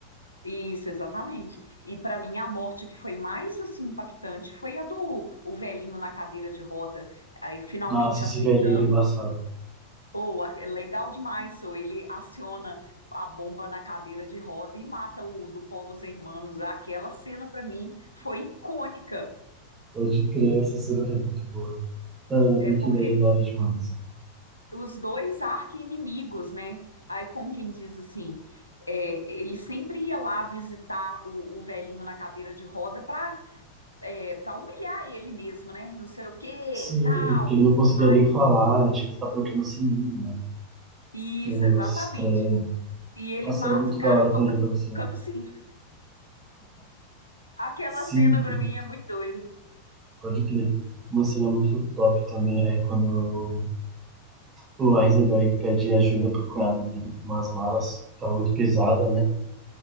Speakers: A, on the left; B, on the right.
A: Isso, exatamente. E pra mim a morte que foi mais assim impactante foi a do o velhinho na cadeira de roda, aí, finalmente
B: Nossa, esse
A: aceitando.
B: velhinho era embaçado.
A: Ou é legal demais, so, ele aciona a bomba na cadeira de roda e mata o do Polo Hermanos. Aquela cena pra mim foi icônica,
B: Pode crer, essa cena foi muito boa. Caramba, Breaking
A: é porque
B: Bad é da hora demais.
A: os dois arqui-inimigos, né? Aí, como quem diz assim, é, ele sempre ia lá visitar o, o velhinho na cadeira de roda para para humilhar ele mesmo, né? Não sei o que e
B: Sim,
A: tal.
B: que ele não conseguia
A: Aí,
B: nem falar, ele tinha que ficar apertando o sininho, né?
A: isso,
B: Aquele negócio
A: exatamente.
B: estranho.
A: E ele
B: Nossa,
A: mata
B: era muito
A: o cara
B: da hora
A: tocando
B: quando ele aparecia.
A: o sininho. Aquela
B: Sim,
A: cena pra mim é muito doida.
B: pode crer. Uma cena muito top também é quando o Heisenberg pede ajuda pro cunhado dele com umas malas, tava muito pesada, né?